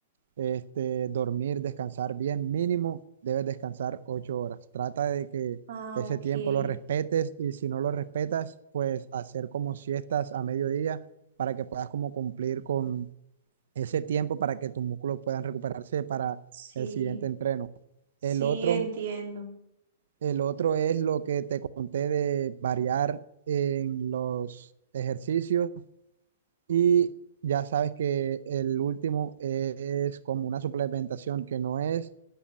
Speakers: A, on the right; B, on the right.
A: este, dormir, descansar bien, mínimo debes descansar ocho horas. Trata de que
B: Ah,
A: ese
B: ok,
A: tiempo lo respetes y si no lo respetas, pues hacer como siestas a mediodía para que puedas como cumplir con ese tiempo para que tus músculos puedan recuperarse para
B: sí,
A: el siguiente entreno.
B: sí,
A: El otro,
B: entiendo,
A: el otro es lo que te conté de variar en los ejercicios y ya sabes que el último es como una suplementación que no es